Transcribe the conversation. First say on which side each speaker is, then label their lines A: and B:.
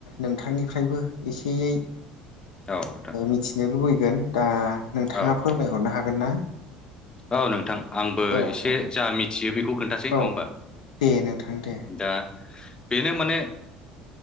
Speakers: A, on the left; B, on the left.
A: नोंथांनिफ्रायबो एसेयै
B: औ नोंथां
A: मिथिनो लुबैगोन दा नोंथाङा
B: औ नोंथां
A: फोरमायहरनो हागोन ना?
B: औ नोंथां आंबो
A: औ
B: एसे
A: औ
B: जा मिथियो बे खौ खोन्थासै नङा
A: औ
B: होमबा
A: दे नोंथां दे
B: दा बेनो माने